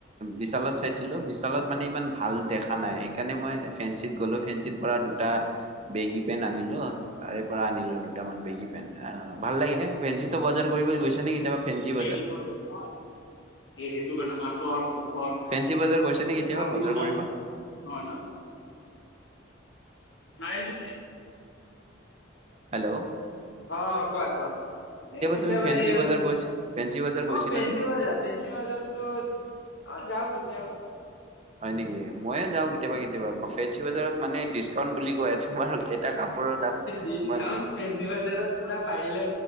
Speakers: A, on the right; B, on the left.
A: বিশালত চাইছিলো, বিশালত মানে ইমান ভাল দেখা নাই, সেইকাৰণে মই ফেঞ্চিত গ'লো ফেঞ্চিত পৰা দুটা বেগী পেন আনিলো, তাৰে পৰা আনিলো। দুটামান বেগি পেন। ভাল লাগে। ফেঞ্চি বজাৰ কৰিব গৈ কেতিয়াবা ফেঞ্চি বজাৰ?
B: নহ এই সেইটো কাৰণে <inaudible>
A: ফেঞ্চি বজাৰ গৈছে নেকি কেতিয়াবা
B: কাম দিব
A: বজাৰ
B: নে
A: কৰিব?
B: নহয় ন? নাই যোৱা।
A: হেল্ল'
B: অ কোৱা কোৱা, এই কেতিয়াবা
A: তুমি ফেঞ্চি
B: এই
A: বজাৰ গৈছ ফেঞ্চি বজাৰ গৈছিলানে
B: অ ফেঞ্চি বজাৰ ফেঞ্চি বজাৰতো অ যাও। কেতিয়াবা।
A: হয় নেকি? ময়ো যাওঁ কেতিয়াবা কেতিয়াবা, ফেঞ্চি বজাৰত মানে ডিচকাউণ্ট বুলি কয়, তোমাৰ এটা কাপোৰৰ দাম
B: ডিচকাউণ্ট
A: মই
B: ফেন্ছি বাজাৰৰ পৰা পাৰিলে